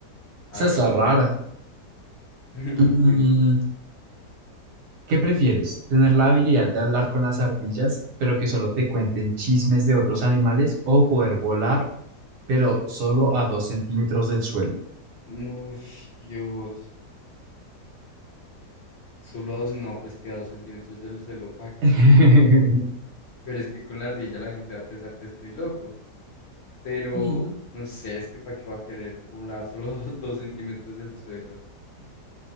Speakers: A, on the left; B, on the right.
A: A
B: Esa
A: ver,
B: está
A: dale.
B: rara.
A: <laughs>
B: Mm,
A: Dime.
B: ¿qué prefieres? ¿Tener la habilidad de hablar con las ardillas, pero que solo te cuenten chismes de otros animales, o poder volar, pero solo a dos centímetros del suelo?
A: Ush, Dios. Solo a dos, no, pues que a dos centímetros del suelo, ¿pa' qué?
B: <laughs>
A: Pero es que con la ardilla la gente va a pensar que estoy loco. Pero,
B: Mm.
A: no sé, es que ¿para qué va a querer volar solo <laughs> dos centímetros del suelo?